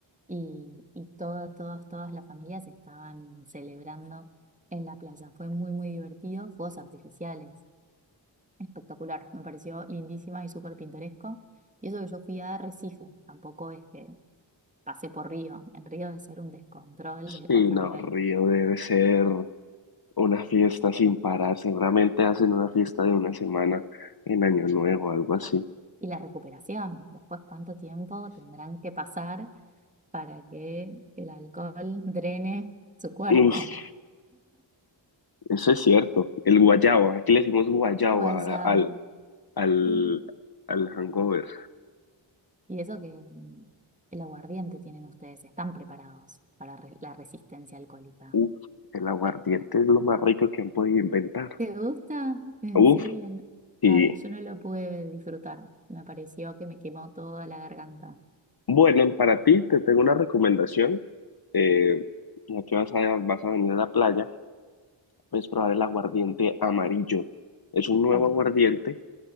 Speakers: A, on the right; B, on the left.
A: y, y todas, todas, todas las familias estaban celebrando en la playa. Fue muy, muy divertido. Fuegos artificiales. Espectacular. Me pareció lindísima y súper pintoresco. Y eso que yo fui a Recife, tampoco es que Pasé por Río. En Río debe ser un descontrol de
B: Sí,
A: otro
B: no,
A: nivel.
B: Río debe ser una fiesta sin parar. Seguramente hacen una fiesta de una semana en Año Nuevo, algo así.
A: Y la recuperación. Después, ¿cuánto tiempo tendrán que pasar para que el alcohol drene su cuerpo?
B: Uf, eso es cierto. El guayaba, aquí le decimos guayaba
A: Guayaba.
B: al, al,
A: Y,
B: al hangover.
A: y eso que mm, el aguardiente tienen ustedes. Están preparados para re- la resistencia alcohólica.
B: Uf, el aguardiente es lo más rico que han podido inventar.
A: ¿Te gusta? ¿En
B: Uf,
A: serio? No-
B: y
A: a mí- yo no lo pude disfrutar. Me pareció que me quemó toda la garganta.
B: bueno, para ti te tengo una recomendación. Eh, ya que vas a, vas a venir a la playa. puedes probar el aguardiente amarillo. Es un nuevo
A: Ok.
B: aguardiente